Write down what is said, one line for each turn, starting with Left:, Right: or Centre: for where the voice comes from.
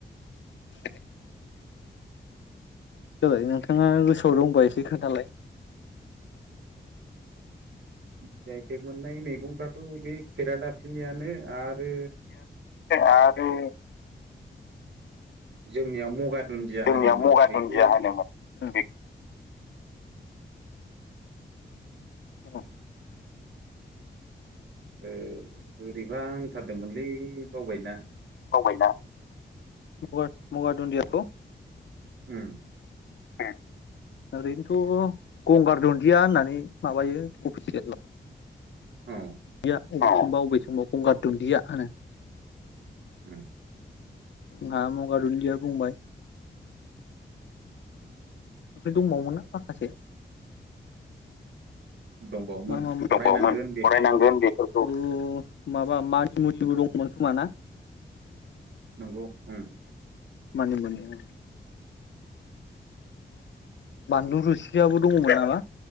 Left: <unintelligible> देलाय नोंथाङा गोसोआव दंबा एसे खोनथालाय
Right: जि आइ टेक मोननाय मैगंफ्राथ' बे खेरादाफिनियानो आरो
Left: आरो
Right: जोंनियाव मगा दुन्दिया
Left: जोंनिया
Right: होनोमोन
Left: मुगा
Right: बेखौ
Left: दुनदिया होनोमोन बे <inaudible>
Right: ओ बोरैबा होनथारदोंमोनलै बावबायना
Left: बावबायना मुगा- मुगा दुन्दियाखौ
Right: ओम
Left: <unintelligible> ओरैनोथ' गंगार दुन्दिया होननानै माबायो अफिसियेलाव
Right: औ
Left: <unintelligible> गंगार दुनदिया होनो
Right: ओम
Left: <unintelligible> बुंंबाय बे दंबावोमोन ना माखासे
Right: दंबावोमोन
Left: मा मामोन
Right: फरायनांगोन
Left: दंबावोमोन
Right: बेफोरखौ
Left: फरायनांगोन बेफोरखौ बे माबा मानि मुनिबो दंमोन खोमाना?
Right: नंगौ ओम
Left: मानि मुनि बानलु रुसियाबो दङमोन नामा